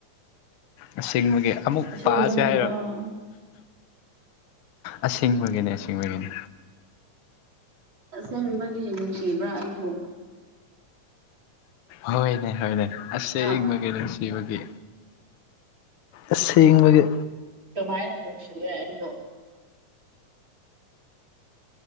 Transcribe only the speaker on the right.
ꯑꯁꯦꯡꯕꯒꯤꯔꯣ
ꯑꯁꯦꯡꯕꯒꯤ ꯅꯨꯡꯁꯤꯕ꯭ꯔꯥ ꯑꯩꯕꯨ
ꯍꯥ
ꯀꯃꯥꯏꯅ ꯅꯨꯡꯁꯤꯒꯦ ꯑꯩꯕꯨ